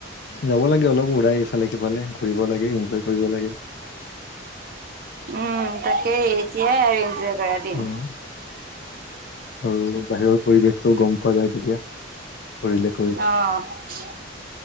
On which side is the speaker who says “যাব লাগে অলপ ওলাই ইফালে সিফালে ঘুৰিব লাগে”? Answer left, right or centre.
Left